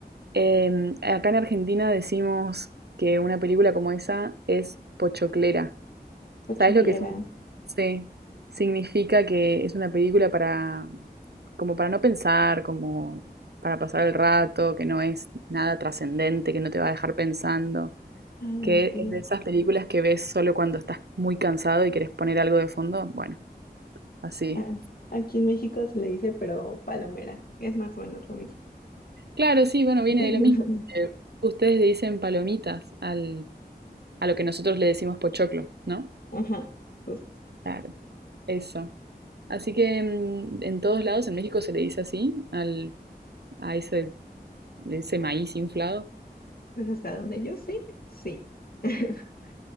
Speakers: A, on the right; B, on the left.
A: Em, acá en Argentina decimos que una película como esa es pochoclera.
B: Pochoclera.
A: ¿Sabes lo que es un... Sí, significa que es una película para, como para no pensar, como para pasar el rato, que no es nada trascendente, que no te va a dejar pensando.
B: Ah,
A: que
B: ok.
A: es de esas películas que ves solo cuando estás muy cansado y querés poner algo de fondo. Bueno, así.
B: Ah, aquí en México se le dice, pero palomera. Es más o menos lo mismo.
A: Claro, sí, bueno, viene
B: <laughs>
A: de lo mismo, porque ustedes le dicen palomitas al, a lo que nosotros le decimos pochoclo, ¿no?
B: Ajá, justo.
A: Claro, eso. Así que mm, en todos lados en México se le dice así al, a ese, ese maíz inflado,
B: Pues hasta donde yo sé, sí. <laughs>